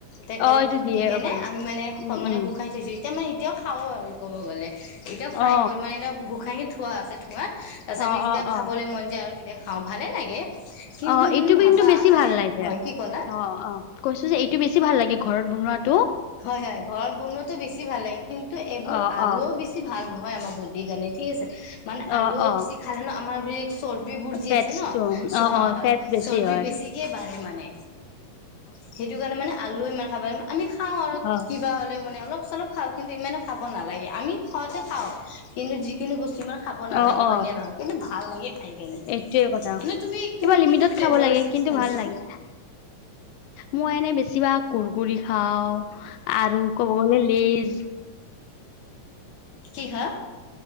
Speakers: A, on the left; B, on the left.
A: টে কালৰ
B: অ এইটো
A: ফুট
B: দিয়ে
A: দি কেনে
B: বাৰু
A: আমি মানে
B: উম
A: মানে
B: উম
A: শুকাই থৈছো। এতিয়া মানে এতিয়াও খাওঁ আৰু ক'ব গ'লে এতিয়াও
B: অ
A: ফ্ৰাই কৰি মানে এতিয়া ভোু খাঙি থোৱা আছে ঠোঁৱাত তাৰপাছত
B: অ
A: আমি যেতিয়া
B: অ
A: খাবলৈ
B: অ
A: মন যায় আৰু তেতিয়া খাওঁ ভালে লাগে। কিন্তু
B: অ',
A: তুমি
B: এইটো
A: ভাবা
B: কিন্তু বেছি
A: মানে
B: ভাল লাগে
A: হয় কি ক'লা
B: অ', অ', কৈছো যে এইটো বেছি বেছি ভাল লাগে ঘৰত বনোৱাত
A: হয়, হয়, ঘৰত বনোৱাটো বেছি ভাল লাগে কিন্তু এইবোৰ
B: অ
A: আলুও
B: অ
A: বেছি ভাল নহয়। হয় আমাৰ বুদ্ধি কাৰণে ঠিক আছে মানে
B: অ
A: আলুও
B: অ
A: বেছি খালে ন আমাৰ চৰ্বিবোৰ যি
B: ফেটছটো
A: আছে ন'
B: অ
A: হয়,
B: অ
A: হয়,
B: ফেটছ বেছি
A: চৰ্বি
B: হয়
A: বেছিকে বাঢ়ে মানে। সেইটো কাৰণে মানে আলু ইমান খাব ল আমি খাওঁ আৰু
B: অ
A: কিবা হলেও মানে অলপ চলপ খাওঁ কিন্তু ইমানে খাব নালাগে আমি খোৱাতে খাওঁ। কিন্তু যিকোনো বস্তু ইমান খাব নালাগে
B: অ অ
A: হয় নে নহয়? কিন্তু ভাল লাগে খাই কেনে
B: এইটোয়ে কথা
A: এনে তুমি
B: কিবা
A: কোন
B: লিমিটত
A: কোনটো ফ্লেভাৰ
B: খাব লাগে
A: চিপছ
B: কিন্তু
A: খাইছা?
B: ভাল লাগে মই এনে বেছিভাগ কুৰকুৰি খাও আৰু ক'ব গ'লে লেজ
A: কি হা?